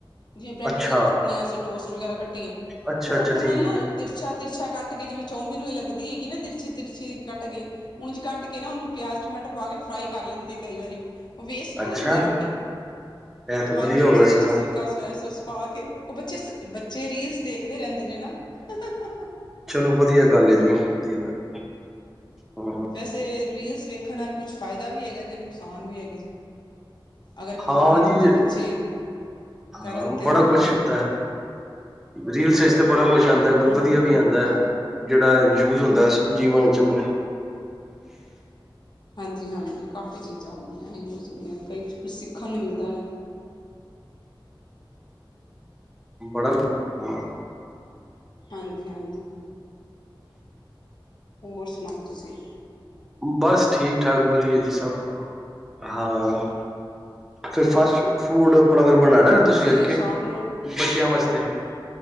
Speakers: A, on the left (about 55°); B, in the centre.
A: ਜਿਵੇਂ ਬ੍ਰੈਡ
B: ਅੱਛਾ
A: ਵਗੈਰਾ ਕੱਟਣੇ ਆ ਅਸੀਂ ਟੋਸਟ ਵਗੈਰਾ ਕੱਟੀਏ
B: ਅੱਛਾ
A: ਤ ਕੱਣ
B: ਅੱਛਾ ਠੀਕ
A: ਨਾਲ ਨਾ
B: ਹੈ
A: ਤਿਰਛਾ, ਤਿਰਛਾ ਕੱਟ ਕੇ ਜਿਵੇਂ ਚੌਮਿਨ ਲੱਗਦੀ ਹੈਗੀ ਨਾ ਛੇਤੀ, ਛੇਤੀ ਕੱਟ ਕੇ ਉਂਝ ਕੱਟ ਕੇ ਨਾ, ਉਹਨੂੰ ਪਿਆਜ ਟਮਾਟਰ ਪਾ ਕੇ ਫਰਾਈ ਕਰ ਲੈਂਦੀ ਹੈ ਕਈ ਵਾਰੀ ਵੇਸਟ
B: ਅੱਛਾ
A: ਨਹੀਂ ਹੁੰਦੀ ਰੋਟੀ।
B: ਇਹ ਤਾਂ
A: ਹਾਂਜੀ
B: ਵਧੀਆ
A: ਉਸਦੇ
B: ਹੋ ਗਿਆ
A: ਵਿੱਚ
B: ਸਗੋਂ
A: ਸਿਰਕਾ ਸੋਇਆ ਸਾਊਸ ਪਾ ਕੇ ਉਹ ਬੱਚੇ ਬ ਜੇ ਰੀਲਸ ਦੇਖਦੇ ਰਹਿੰਦੇ ਨੇ ਨਾ ਹਾਂ, ਹਾਂ।
B: ਚਲੋ ਵਧੀਆ ਗੱਲ ਹੈ, ਜੀ ਹੁਣ ਵਧੀਆ ਗੱਲ ਹੂੰ,
A: ਵੈਸੇ ਰੀਲਸ ਵੇਖਣ ਨਾਲ ਕੁਛ ਫ਼ਾਇਦਾ ਵੀ ਹੈਗਾ, ਤੇ ਨੁਕਸਾਨ ਵੀ ਹੈਗੇ ਜੇ ਅਗਰ ਖਾਣ
B: ਹਾਂ
A: ਦੀਆਂ
B: ਜੀ,
A: ਚੀਜ਼ਾਂ, ਬੱਚੇ ਕਰਨ
B: ਹਾਂ
A: ਤਾਂ
B: ਬੜਾ
A: ਹਾਂ
B: ਕੁਛ ਹੁੰਦਾ ਹੈ। ਰੀਲਸ ਚ ਤੇ ਬੜਾ ਕੁਛ ਆਉਂਦਾ,
A: ਹੂੰ-ਹੂੰ।
B: ਕੋਈ ਵਧੀਆ ਵੀ ਆਉਂਦਾ ਹੈ। ਜਿਹੜਾ ਯੂਜ ਹੁੰਦਾ ਜੀਵਨ ਚ ਆਪਣੇ
A: ਹਾਂਜੀ ਹਾਂਜੀ ਕਾਫੀ ਚੀਜ਼ਾਂ ਹੁੰਦੀਆਂ ਨੇ ਯੂਜ ਹੁੰਦੀਆਂ ਨੇ ਕਈ ਕੁਛ ਸਿੱਖਣ ਨੂੰ ਮਿਲਦਾ ਹੈ।
B: ਬੜਾ ਹਾਂ,
A: ਹਾਂਜੀ ਹਾਂਜੀ। ਹੋਰ ਸੁਣਾਓ ਤੁਸੀ
B: ਬਸ ਠੀਕ ਠਾਕ ਵਧੀਆ ਜੀ, ਸਭ ਹਾਂ ਫੇਰ ਫਾਸਟ ਫੂਡ ਅਪਣਾ ਫੇਰ ਬਣਾਨਾ
A: ਹੋਰ
B: ਤੁਸੀਂ ਅੱਜ
A: ਵੀ
B: ਕੇ?
A: ਸ਼ਾਮ ਨੂੰ
B: ਬੱਚਿਆਂ ਵਾਸਤੇ